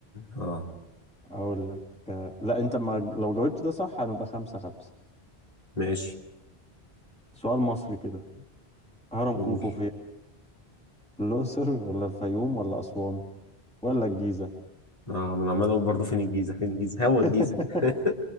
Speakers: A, on the left; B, in the centre.
A: اه
B: اقول لك آه، لا انت ما لو جاوبت ده صح هنبقى خمسة خمسة
A: ماشي
B: سؤال مصري كده هرم
A: قول
B: خوفو فين في الاقصر ولا الفيوم ولا اسوان ولا الجيزة
A: اه ما انا عمال اقول برضه فين الجيزة فين الجيزة هو
B: <laughs>
A: الجيزة <laughs>